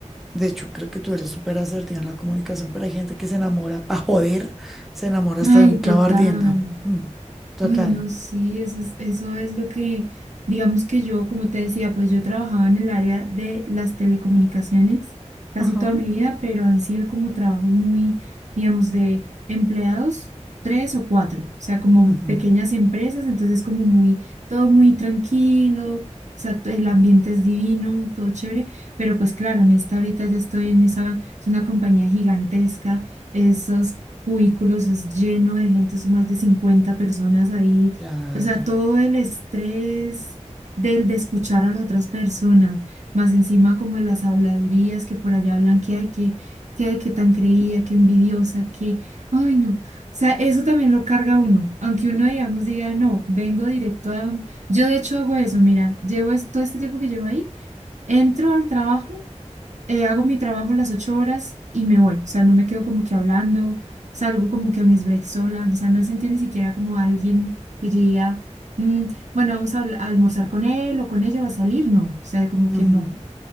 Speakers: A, in the centre; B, on the right.
A: de hecho, creo que tú eres súper asertiva en la comunicación, pero hay gente que se enamora para joder, se enamora
B: Ay,
A: hasta de un clavo
B: total.
A: ardiendo. Mm, total.
B: Ay, no, sí, eso es, eso es lo que, digamos que yo, como te decía, pues yo he trabajado en el área de las telecomunicaciones casi
A: Ajá.
B: toda mi vida, pero han sido como trabajos muy, digamos, de empleados, tres o cuatro, o sea, como
A: ujú,
B: pequeñas empresas, entonces como muy, todo muy tranquilo, o sea, to- el ambiente es divino, todo chévere, pero pues claro, en esta ahorita ya estoy en esa, es una compañía gigantesca, esos cubículos, es lleno de gente, son más de 50 personas ahí.
A: Claro.
B: O sea, todo el estrés del de escuchar a las otras personas, más encima como de las habladurías que por allá hablan que hay, que, que hay, que tan creía, que envidiosa, que, ay no. O sea, eso también lo carga uno, aunque uno, digamos, diga, no, vengo directo a... Yo de hecho hago eso, mira, llevo es- todo este tiempo que llevo ahí, entro al trabajo eh, hago mi trabajo las ocho horas y me voy, o sea, no me quedo como que hablando, salgo como que a mis breaks sola, o sea, no sentí ni siquiera como alguien que yo diga, "Mm, bueno, vamos a, habl- a almorzar con él o con ella o a salir, no, o sea, como
A: ujú,
B: que no,